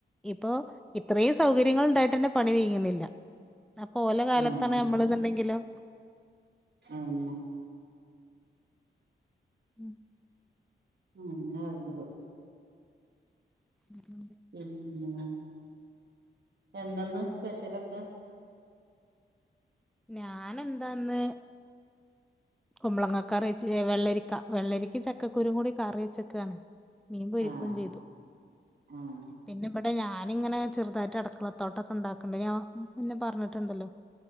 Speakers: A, in the centre; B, on the right (about 60°).
A: ഇപ്പൊ ഇത്രയും സൗകര്യങ്ങൾ ഉണ്ടായിട്ടന്നെ പണി നീങ്ങ്ന്നില്ല അപ്പൊ ഓല കാലത്താണ്
B: ആഹ്
A: ന്നമ്മൾ അന്നുണ്ടെങ്കിലോ
B: അതെന്നെ
A: ഉം
B: ഉം <unintelligible>
A: ഉം
B: പിന്ന എന്തെന്ന സ്പെഷ്യലൊക്കെ
A: ഞാൻ എന്താന്ന് കുമ്പളങ്ങ കറിവെച്ച് വെള്ളരിക്ക വെള്ളരിക്ക ചക്കക്കുരും കൂടി കറി വെച്ചക്കാണ് മീൻ പൊരിക്കുവേം
B: ആഹ്
A: ചെയ്തു
B: ആഹ്
A: പിന്നെ ഇവിടെ ഞാനിങ്ങനെ ചെറുതായിട്ട് അടക്കളത്തോട്ടൊക്കെ ണ്ടാക്കണ്ട് ഞാ മുന്നേ പറഞ്ഞിട്ടുണ്ടല്ലോ